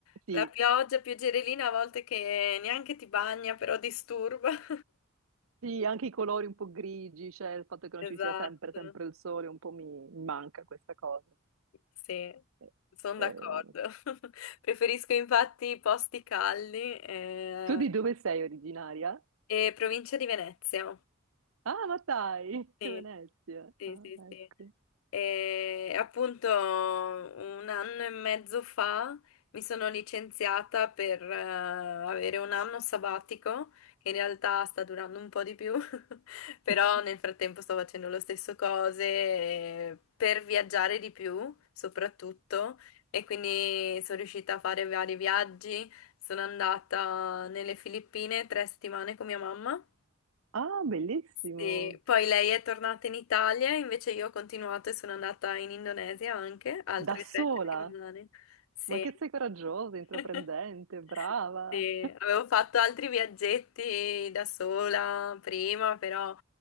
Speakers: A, on the left (about 70°); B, on the right (about 80°).
A: la
B: Sì,
A: pioggia, pioggerellina a volte che neanche ti bagna, però disturba. <laughs>
B: sì, anche i colori un po' grigi, cioè il fatto che non ci
A: Esatto,
B: sia sempre, sempre il sole, un po' mi mi manca questa cosa.
A: sì,
B: Eh,
A: sono
B: eh,
A: d'accordo. <laughs> Preferisco infatti i posti caldi eh,
B: tu di dove sei originaria?
A: e provincia di Venezia.
B: Ah, ma dai, <laughs>
A: Sì,
B: Venezia.
A: sì,
B: Ah,
A: sì, sì.
B: ecco.
A: E appunto un anno e mezzo fa mi sono licenziata per eh, avere un anno sabbatico, che in realtà sta durando un po' di più, <laughs>
B: <laughs>
A: però nel frattempo sto facendo lo stesso cose eh, per viaggiare di più, soprattutto, e quindi sono riuscita a fare vari viaggi. Sono andata nelle Filippine tre settimane con mia mamma.
B: Ah, bellissimo.
A: Sì, poi lei è tornata in Italia, invece io ho continuato e sono andata in Indonesia anche, altre
B: Da sola.
A: tre settimane. Sì.
B: Ma che sei coraggiosa, intraprendente,
A: <laughs>
B: brava.
A: Sì, avevo fatto altri viaggetti da sola prima, però